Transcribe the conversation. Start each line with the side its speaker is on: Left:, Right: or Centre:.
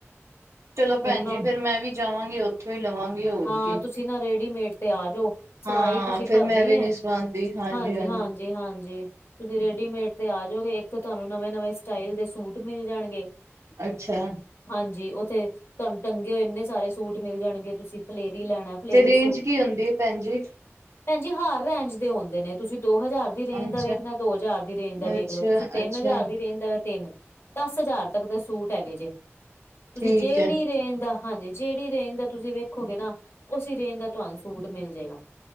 Right: ਚਲੋ, ਭੈਣ
Left: ਮੈਨੂੰ ਨਾ
Right: ਜੀ ਫਿਰ ਮੈਂ ਵੀ ਜਾਵਾਂਗੀ ਉੱਥੋਂ ਹੀ ਲਵਾਂਗੀ, ਹੋਰ
Left: ਹਾਂ
Right: ਕਿ।
Left: ਤੁਸੀਂ ਨਾ ਰੇਡੀਮੇਡ ਤੇ ਆ ਜਓ। ਸਵਾਈ
Right: ਹਾਂ
Left: ਤੁਸੀਂ
Right: ਫੇਰ
Left: ਭਰਨੀਏ,
Right: ਮੈਂ ਵੀ ਨੀ ਸਵਾਉਂਦੀ ਹਾਂਜੀ
Left: ਹਾਂਜੀ-ਹਾਂਜੀ।
Right: ਹਾਂਜੀ।
Left: ਜੇ ਹਾਂਜੀ। ਤੁਸੀਂ ਰੇਡੀਮੇਡ ਤੇ ਆ ਜਾਓਗੇ, ਇੱਕ ਤਾਂ ਤੁਹਾਨੂੰ ਨਵੇਂ- ਨਵੇਂ ਸਟਾਈਲ ਦੇ ਸੂਟ ਮਿਲ ਜਾਣਗੇ।
Right: ਅੱਛਾ,
Left: ਹਾਂਜੀ, ਉੱਥੇ ਤੁਹਾਨੂੰ ਟੰਗੇ ਹੋਏ ਇੰਨੇ ਸਾਰੇ ਸੂਟ ਮਿਲ ਜਾਣਗੇ ਤੁਸੀਂ ਫਲੇਰੀ ਲੈਣਾ- ਫਲੇਰੀ
Right: ਤੇ ਰੇਂਜ ਕੀ ਹੁੰਦੀ, ਭੈਣ ਜੀ?
Left: ਭੈਣਜੀ, ਹਾਰ ਰੇਂਜ ਦੇ ਹੁੰਦੇ ਨੇ, ਤੁਸੀਂ ਦੋ ਹਜ਼ਾਰ ਦੀ ਰੇਂਜ
Right: ਅੱਛਾ
Left: ਦਾ ਵੇਖਣਾ ਦੋ ਹਜ਼ਾਰ ਦੀ ਰੇਂਜ ਦਾ ਵੇਖ
Right: ਅੱਛਾ
Left: ਲੋ। ਤੁਸੀਂ- ਤਿੰਨ
Right: ਅੱਛਾ
Left: ਹਜ਼ਾਰ ਦੀ ਰੇਂਜ ਦਾ ਤਿੰਨ- ਦਸ ਹਜ਼ਾਰ ਤੱਕ ਦੇ ਸੂਟ ਹੈਗੇ ਜੇ। ਤੁਸੀਂ
Right: ਠੀਕ
Left: ਜੇੜੀ
Right: ਹੈ।
Left: ਰੇਂਜ ਦਾ- ਹਾਂਜੀ, ਜੇੜੀ ਰੇਂਜ ਦਾ ਤੁਸੀਂ ਵੇਖੋਗੇ ਨਾ ਉਸੀ ਰੇਂਜ ਦਾ ਤੁਹਾਨੂੰ ਸੂਟ ਮਿਲ ਜੇਗਾ।